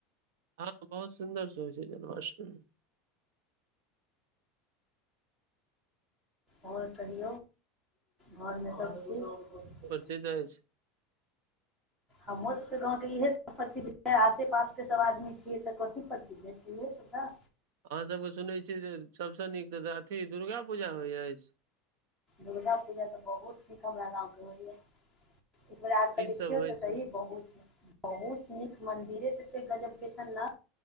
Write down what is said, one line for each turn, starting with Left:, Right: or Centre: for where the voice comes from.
Right: हँ बहुत सुन्दर से होइ छै जन्माशट्रम।
Centre: आओर कहि घरमे सभचीज?
Right: सध अछि छै।
Centre: हमरो सबके गाँंव के इहे सब प्रसिद्ध छै आसे पास के सब आदमी छियै तऽ कथी प्रसद्। <unintelligible> सुधा।
Right: अहाँसभके सुनैत छियै जे सभसँ नीक तऽ अथ दुर्गा पूजा होइत अछि।
Centre: दुर्गा पूजा तऽ बहुत नीक हमरा गाँवके होइयए। फर आब
Right: की
Centre: कऽ देखियौ
Right: सब होइ
Centre: तऽ सही
Right: छै
Centre: बहुत। बहुत नीक मंदिरे तत गजल के छ ने